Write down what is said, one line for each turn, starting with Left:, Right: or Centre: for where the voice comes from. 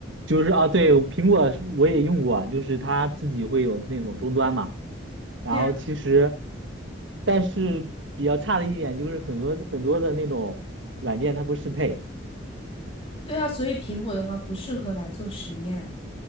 Right: 就是啊，对，苹果是我也用过，就是它自己会有那种终端嘛，然后其实，
Left: 对啊，
Right: 但是比较差的一点就是很多很多的那种软件它不适配。
Left: 对啊，所以苹果的话不适合来做实验。